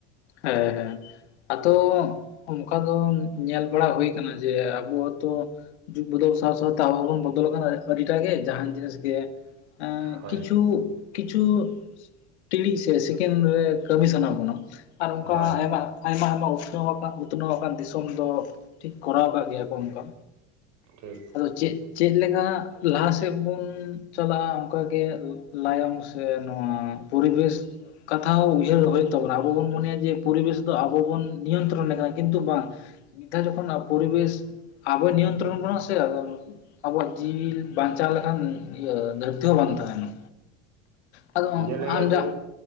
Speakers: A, on the left (about 85°); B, on the right (about 55°).
A: ᱦᱮᱸ ᱦᱮᱸ ᱟᱫᱚ ᱚᱱᱠᱟ ᱫᱚᱢ ᱧᱮᱞ ᱵᱟᱲᱟ ᱦᱩᱭ ᱠᱟᱱᱟ ᱡᱮ ᱟᱵᱚᱣᱟᱜ ᱛᱚ ᱡᱩᱜᱽ ᱵᱚᱫᱚᱞ ᱥᱟᱶ ᱥᱟᱶᱛᱮ ᱟᱵᱚ ᱦᱚᱸ ᱵᱚᱱ ᱵᱚᱫᱚᱞ ᱟᱠᱟᱱᱟ ᱟᱹᱰᱤ ᱴᱟᱜ ᱜᱮ ᱡᱟᱦᱟᱸᱱ ᱡᱤᱱᱤᱥ ᱜᱮ ᱮᱸᱻ
B: ᱦᱳᱭ
A: ᱠᱤᱪᱷᱩᱜ ᱠᱤᱪᱷᱩᱜ ᱴᱤᱲᱤᱡ ᱥᱮ ᱥᱤᱠᱮᱱ ᱨᱮ ᱠᱟᱹᱢᱤ ᱥᱟᱱᱟ ᱵᱚᱱᱟ᱾ ᱟᱨ ᱚᱱᱠᱟ
B: ᱦᱳᱭ
A: ᱟᱭᱢᱟ ᱟᱭᱢᱟ ᱟᱭᱢᱟ ᱩᱛᱱᱟᱹᱣ ᱟᱠᱟᱱ ᱩᱛᱱᱟᱹᱣ ᱟᱠᱟᱱ ᱫᱤᱥᱚᱢ ᱫᱚ ᱴᱷᱤᱠ ᱠᱚᱨᱟᱣ ᱠᱟᱜ ᱜᱮᱭᱟ ᱠᱚ ᱚᱱᱠᱟ,
B: ᱴᱷᱤᱠ
A: ᱟᱫᱚ ᱪᱮᱫ ᱪᱮᱫ ᱞᱮᱠᱟ ᱞᱟᱦᱟ ᱥᱮᱫ ᱵᱚᱱ ᱪᱟᱞᱟᱜ-ᱟ ᱚᱱᱠᱟ ᱜᱮ ᱞᱟ ᱞᱟᱭᱚᱝ ᱥᱮ ᱱᱚᱣᱟ ᱯᱚᱨᱤᱵᱮᱥ ᱠᱟᱛᱷᱟ ᱦᱚᱸ ᱩᱭᱦᱟᱹᱨ ᱦᱩᱭᱩᱜ ᱛᱟᱵᱚᱱᱟ᱾ ᱟᱵᱚ ᱵᱚᱱ ᱢᱚᱱᱮ ᱭᱟ ᱡᱮ ᱯᱚᱨᱤᱵᱮᱥ ᱫᱚ ᱟᱵᱚ ᱵᱚᱱ ᱱᱤᱭᱚᱱᱛᱨᱚᱱ ᱱᱮᱜ ᱠᱟᱱᱟ ᱠᱤᱱᱛᱩ ᱵᱟᱝ ᱢᱤᱫ ᱫᱷᱟᱣ ᱡᱚᱠᱷᱚᱱ ᱯᱚᱨᱤᱵᱮᱥ ᱟᱵᱚᱭ ᱱᱤᱭᱚᱱᱛᱨᱚᱱ ᱵᱚᱱᱟ ᱥᱮ᱾ ᱟᱫᱚ ᱟᱵᱚᱣᱟᱜ ᱡᱤᱣᱤ ᱵᱟᱧᱪᱟᱣ ᱞᱮᱠᱟᱱ ᱤᱭᱟᱹ ᱫᱷᱟᱹᱨᱛᱤ ᱦᱚᱸ ᱵᱟᱝ ᱛᱟᱦᱮᱱᱟ᱾ ᱟᱫᱚ
B: ᱡᱮᱞᱮᱠᱟ
A: ᱟᱢ
B: ᱵᱮᱱ
A: ᱡᱟ